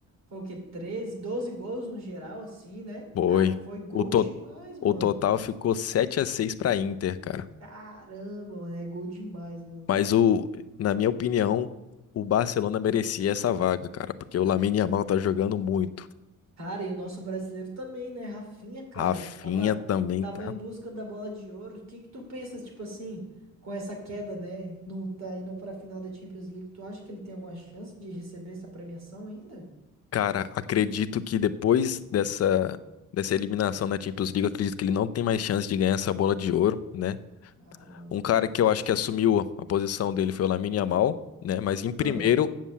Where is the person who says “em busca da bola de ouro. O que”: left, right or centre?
Right